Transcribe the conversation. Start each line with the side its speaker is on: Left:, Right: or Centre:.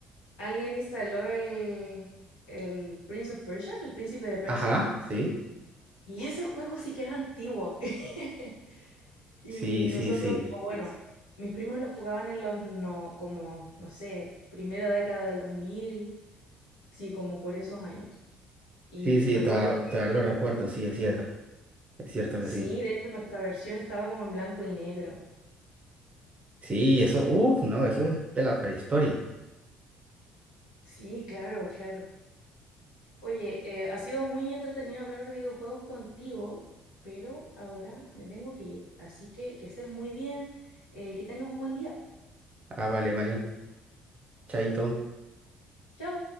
Left: alguien instaló el, el Prince of Persia, el príncipe de Persia,
Right: Ajá, sí,
Left: y ese juego sí que es antiguo. <laughs> y
Right: sí, sí,
Left: nosotros,
Right: sí.
Left: o bueno, mis primos lo jugaban en los, no, como, no sé, primera década del 2000, sí, como por esos años. Y
Right: Sí, sí,
Left: recuerdo
Right: toda-
Left: que
Right: todavía, lo recuerdo, sí, es cierto, es cierto
Left: sí,
Right: que sí.
Left: de hecho nuestra versión estaba como en blanco y negro.
Right: Sí, eso, uff, no, eso es de la prehistoria.
Left: Sí, claro, claro. Oye, eh, ha sido muy entretenido hablar de videojuegos contigo, pero ahora me tengo que ir. Así que que estés muy bien, eh, que tengas un buen día.
Right: Ah, vale, vale. Chaito.
Left: Chao.